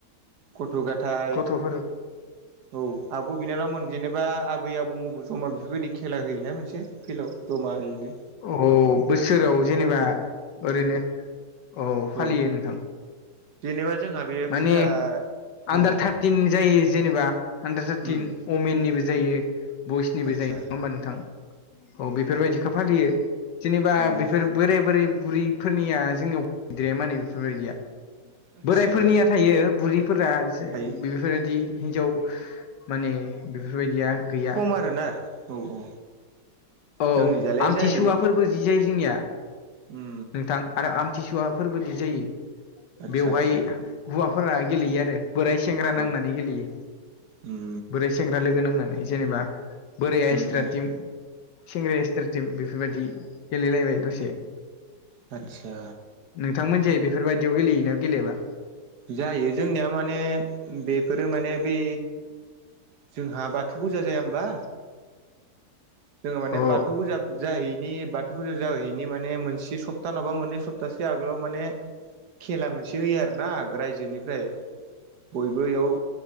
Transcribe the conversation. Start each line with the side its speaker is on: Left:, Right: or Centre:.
Right: गथ' गथाइ
Left: गथ'फोर
Right: औ आ बिब' बिनानावमोन जेनेबा आबै आबौमोनजों समान बेफोरबायदि खेला होयोना मोनसे। फिलाव जमा ओरैनो।
Left: औ बोसोराव जेनेबा ओरैनो औ
Right: औ
Left: फालियो नोंथां।
Right: जेनेबा जोंहा बे
Left: माने
Right: फुजा
Left: आन्दार
Right: औ
Left: थाग टिन जायो जेनेबा आडार थार्टिन
Right: उम
Left: अमेननिबो जायो। बयसनिबो
Right: आदसा
Left: जायो नङा होमबा नोंथां औ बेफोरबायदिखौ फालियो। जेनेबा
Right: उम
Left: बेफोर बोराय बोराय बुरैफोरनिया जोंनियाव गैद्राया माने बेफोरबायदिया।
Right: आदसा
Left: बोरायफोरनिया थायो बुरिफोरा एसे
Right: थायो
Left: बे फोरबायदि हिन्जाव माने बेफोरबायदिया गैया
Right: खम आरो ना औ औ
Left: औ
Right: जोंनि जालाय
Left: आमथिसुवाफोरबो
Right: जायो
Left: जि जायो जोंनिया
Right: उम
Left: नोंथां। आरो आमथिसुवाफोर्बोदि जायो
Right: आदसा
Left: बेवहाय
Right: आदसा
Left: हौवाफोरा गेलेयो आरो। बोराय सेंग्रा नांनानै
Right: औ
Left: गेलेयो
Right: उम
Left: बोराय सेंग्रा लोगो नांनानै जेनेबा बोराय
Right: उम
Left: थ्राटिम
Right: उम
Left: सेंग्राया एसट्रा टिम बेफोरबायदि गेलेलायबाय दसे।
Right: आदसा
Left: नोंथांमोनजाय बेफोरबायदियाव गेलेयोना गेलेयाबा?
Right: जायो जोंनिया माने बेफोरो माने बि जोंहा बाथौ फुजा जाया होमबा। जोङो माने
Left: अ
Right: बाथौ फुजा जाहैनि बाथौ फुजा जाहैनि माने मोनसे सब सप्ताहनावबा मोननै सप्तासे आगोलाव माने खेला मोनसे होयो आरो ना रायजोनिफ्राय बयबो बेयाव